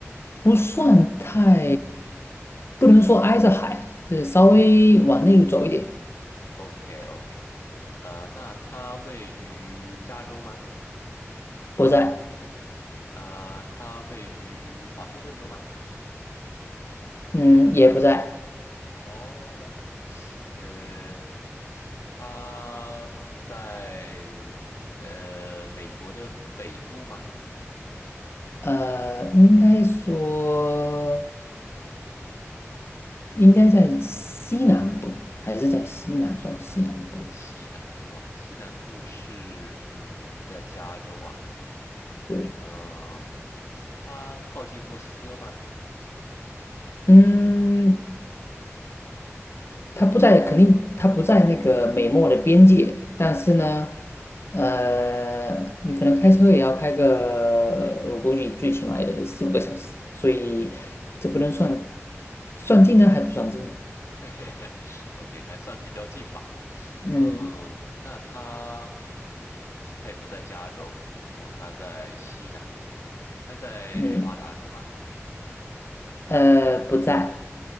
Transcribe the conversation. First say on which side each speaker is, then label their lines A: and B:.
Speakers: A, on the left; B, on the left.
A: 不算太，不能说挨着海，就是稍微往内陆走一点，
B: ？OK OK，呃，那它位于加州吗？
A: 不在，
B: 呃，它位于华盛顿州吗？
A: 嗯，也不在，
B: 哦，呃，它在呃美国的北部吗？
A: 呃，应该说应该在西南部，还是在西南，算西南部。
B: 西南部啊，西南部是嗯也不在加州啊，
A: 对。
B: 嗯、它靠近墨西哥吗
A: 嗯，它不在，肯定它不在那个美墨的边界，但是呢，呃，你可能开车也要开个，我估计最起码也四五个小时，所以这不能算算近呢，还不算近呢。
B: <laughs>？OK，嘿嘿嘿，OK，还算比较近吧。
A: 嗯
B: 嗯，那他，嗯，他也不在加州，然后他在西南部，他在内华达州吗？
A: 嗯，呃，不在。